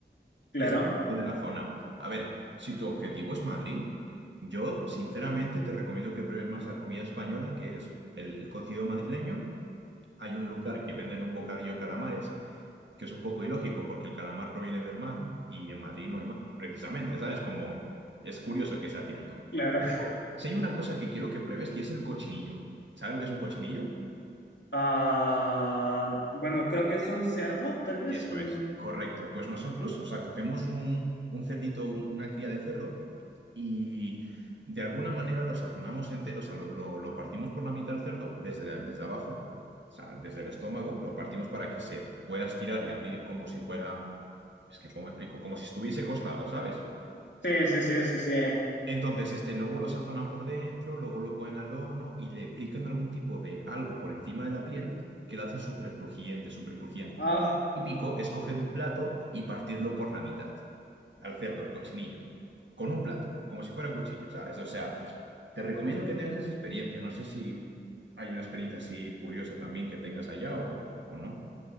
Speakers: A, on the left; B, on the right.
A: Claro,
B: Es dependiendo de la zona. A ver, si tu objetivo es Madrid, yo sinceramente te recomiendo que pruebes más la comida española, que es el cocido madrileño. Hay un lugar que venden un bocadillo de calamares que es un poco ilógico porque el calamar proviene del mar y en Madrid no hay mar, precisamente, ¿sabes? Como es curioso que sea típico.
A: claro.
B: Si hay una cosa que quiero que pruebes y es el cochinillo. ¿Sabes lo que es un cochinillo?
A: Ah, bueno, creo que es un cerdo, tal vez.
B: Eso
A: un-
B: es. Correcto. Pues nosotros, o sea, cogemos un, un cerdito, un- una cría de cerdo y de alguna manera lo sazonamos entero, o sea, lo, lo- lo partimos por la mitad del cerdo desde, la- desde abajo. O sea, desde el estómago, lo partimos para que se pueda estirar y abrir como si fuera, es que, ¿cómo explico? Como si estuviese costado, ¿sabes?
A: Sí, sí, sí, sí, sí.
B: Entonces, este luego lo sazonan por dentro, luego lo ponen al horno y le aplican algún tipo de algo por encima de la piel que lo hacen súper crujiente, súper crujiente.
A: Ah,
B: Típico es coger un plato y partirlo por la mitad, al cerdo, al cochinillo, con un plato, como si fuera cuchillo, ¿sabes? O sea, te recomiendo que tengas esa experiencia. No sé si hay una experiencia así curiosa también que tengas allá o, o no.